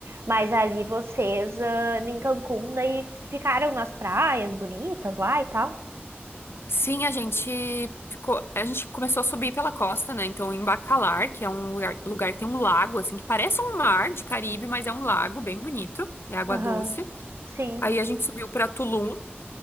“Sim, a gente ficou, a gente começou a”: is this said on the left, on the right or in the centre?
Left